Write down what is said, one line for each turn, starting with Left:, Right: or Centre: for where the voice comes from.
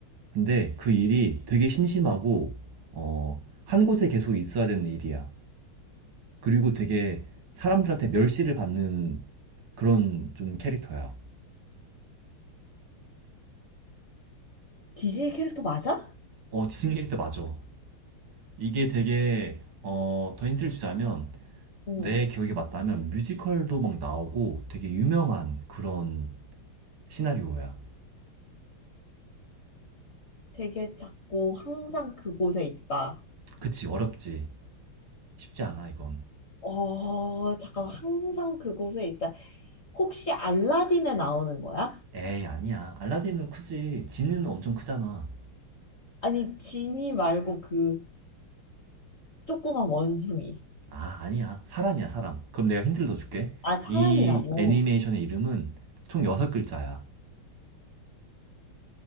Right: 근데 그 일이 되게 심심하고, 어, 한 곳에 계속 있어야 되는 일이야. 그리고 되게 사람들한테 멸시를 받는 그런 좀 캐릭터야.
Left: 디즈니 캐릭터 맞아?
Right: 어, 디즈니 캐릭터 맞아. 이게 되게, 어, 더 힌트를 주자면,
Left: 어.
Right: 내 기억이 맞다면 뮤지컬도 막 나오고 되게 유명한 그런 시나리오야.
Left: 되게 작고 항상 그곳에 있다.
Right: 그치, 어렵지. 쉽지 않아, 이건.
Left: 어, 잠깐, 항상 그곳에 있다. 혹시 알라딘에 나오는 거야?
Right: 에이, 아니야. 알라딘은 크지. 지는 엄청 크잖아.
Left: 아니, 지니 말고 그 조그만 원숭이.
Right: 아, 아니야. 사람이야, 사람. 그럼 내가 힌트를 더 줄게.
Left: 아, 사람이라고.
Right: 이 애니메이션의 이름은 총 6글자야.